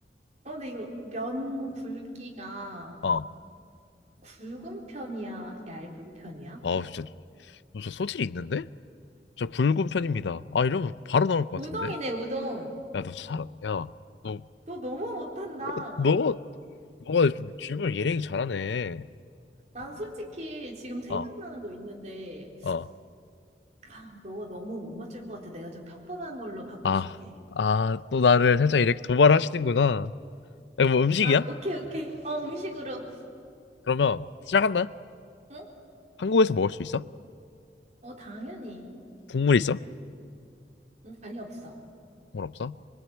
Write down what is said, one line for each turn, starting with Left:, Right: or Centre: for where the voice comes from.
Right: 어, 근데 이거 면 굵기가
Left: 어.
Right: 굵은 편이야? 얇은 편이야?
Left: 어, 진짜, 너 진짜 소질이 있는데? 저 굵은 편입니다. 아, 이러면 바로 나올 것
Right: 우동이네,
Left: 같은데?
Right: 우동.
Left: 야, 너 잘, 야, 너,
Right: 너 너무 못한다.
Left: 야, 너, 너가 좀 질문을 예리하게 잘하네.
Right: 난 솔직히 지금 생각나는
Left: 어,
Right: 거 있는데,
Left: 어.
Right: 아, 너가 너무 못 맞출 것 같아. 내가 좀 평범한 걸로 바꿔줄게.
Left: 아, 아, 또 나를 살짝 이렇게 도발하시는구나. 이거 뭐 음식이야?
Right: 아, 오케이, 오케이. 어, 음식으로.
Left: 그러면 시작한다.
Right: 응?
Left: 한국에서 먹을 수 있어?
Right: 어, 당연히.
Left: 국물 있어?
Right: 응, 아니, 없어.
Left: 국물 없어?